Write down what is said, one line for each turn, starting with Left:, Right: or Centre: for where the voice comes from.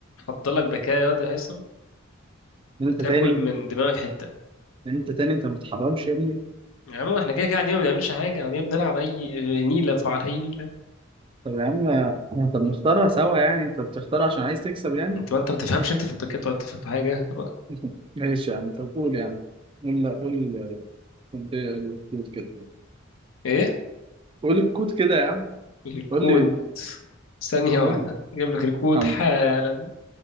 Left: حضرلك بكاء يا واد يا هيثم
Right: انت
Left: هتاكل
Right: تاني
Left: من دماغك حته
Right: انت تاني انت ما بتحرمش يا ابني
Left: يا عم احنا كده كده قاعدين ما بنعملش حاجه يعني قاعدين بنلعب اي نيله في- على اي نيله
Right: طب يا عم طب نختارها سوا يعني انت بتختار عشان عايز تكسب يعني
Left: انت ما انت ما بتفهمش انت في الباكات ولا بتفهم في حاجه طب
Right: <laughs> ماشي يا عم طب قول يا عم قول لا قول قول الكود كده
Left: ايه
Right: قول الكود كده يا عم
Left: الكود
Right: قول لي
Left: ثانيه واحده
Right: قول لي
Left: جايب لك الكود
Right: يا عم
Left: حالا